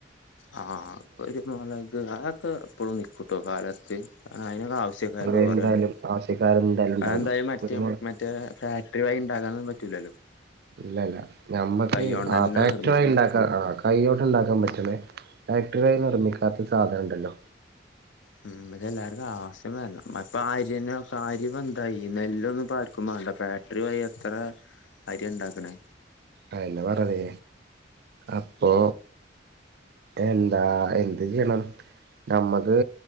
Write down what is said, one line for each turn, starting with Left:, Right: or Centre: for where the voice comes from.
Left: ആഹ് ഒരുചെൽപമൂലക്ക് അതൊക്കെ ഇപ്പളും നിക്കുട്ടോ കാലാ അയ്നിവ്ടെ ആവിശ്യക്കാർ
Right: എന്തായാലും
Left: തേനെണ്ട്
Right: ആവശ്യക്കാരെന്തായാലും ഉണ്ടാവും
Left: അഎന്തായി മറ്റ്
Right: ഒരുമ
Left: മറ്റേ ടാ ഒരു വയിണ്ടാകാനെന്നും പറ്റൂലല്ലോ.
Right: ല്ല, ല്ല, ഞമ്മക്ക്
Left: കൈയ്യോണ്ടന്നെ
Right: ആ ഫാക്ടറി
Left: നിർമ്മിക്കണം
Right: വഴിണ്ടാക് അ ആഹ് കയ്യേണ്ട്ണ്ടാക്കാൻപറ്റ്ണെ ഫാക്ട്റി വയി നിർമ്മിക്കാത്ത സാധനണ്ടല്ലോ.
Left: <unintelligible> പ്പാര്യന്നെ സാരിമെന്തായി നെല്ലെന്നുപ്പാർക്കുംവേണ്ട. ഫാക്ടറി വഴി എത്ര. അരിയാ ണ്ടാക്കണേ.
Right: അയിന് പറവെ അപ്പൊ. എന്താ.. എന്ത് ചെയ്യെണം. നമ്മക്ക്